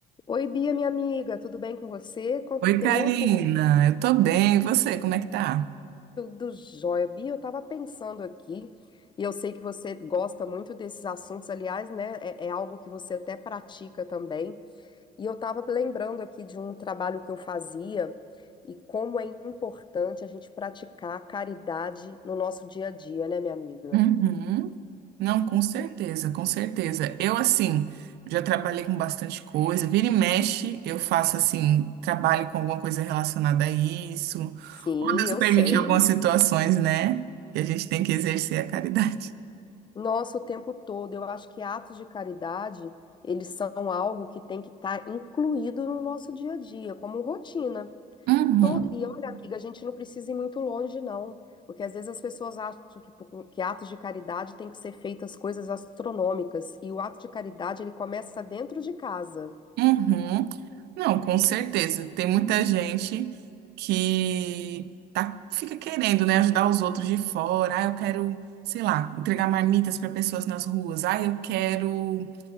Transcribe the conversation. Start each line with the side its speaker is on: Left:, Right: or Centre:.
Left: Oi, Bia, minha amiga, tudo bem com você? Quanto
Right: Oi,
Left: tempo?
Right: Karina. Eu tô bem. E você, como é que tá?
Left: Tudo jóia. Bia, eu estava pensando aqui, e eu sei que você gosta muito desses assuntos, aliás, né? É, é algo que você até pratica também. E eu estava lembrando aqui de um trabalho que eu fazia e como é importante a gente praticar caridade no nosso dia a dia, né, minha amiga?
Right: Uhum. Não, com certeza, com certeza. Eu, assim, já trabalhei com bastante coisa. Vira e mexe, eu faço, assim, trabalho com alguma coisa relacionada a isso.
Left: Sim,
Right: Ou Deus
Left: eu
Right: permite
Left: sei.
Right: algumas situações, né? Que a gente tem que exercer a caridade.
Left: Nossa, o tempo todo. Eu acho que atos de caridade, eles são algo que tem que estar incluído no nosso dia a dia, como rotina.
Right: Uhum.
Left: Todo... E olha, amiga, a gente não precisa ir muito longe, não. Porque às vezes as pessoas acham que, por- que atos de caridade tem que ser feitas coisas astronômicas. E o ato de caridade, ele começa dentro de casa.
Right: Uhum. Não, com certeza. Tem muita gente que tá, fica querendo, né, ajudar os outros de fora. Ah, eu quero, sei lá, entregar marmitas para pessoas nas ruas. Ah, eu quero